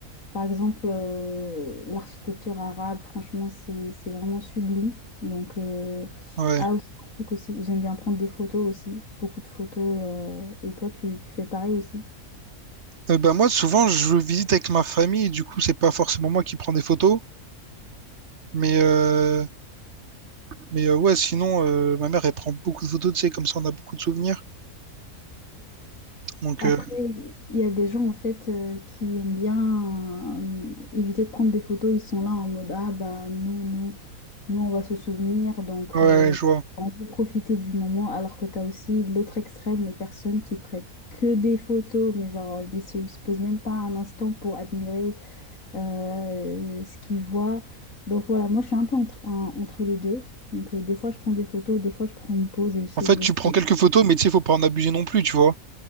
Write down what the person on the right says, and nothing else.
Ouais.
Euh, bah, moi, souvent, je visite avec ma famille, du coup, c'est pas forcément moi qui prends des photos. Mais, euh, mais euh, ouais, sinon, euh, ma mère, elle prend beaucoup de photos, tu sais, comme ça, on a beaucoup de souvenirs. Donc,
euh,
ouais,
je vois.
En fait,
tu prends quelques photos, mais tu sais, faut pas en abuser non plus, tu vois.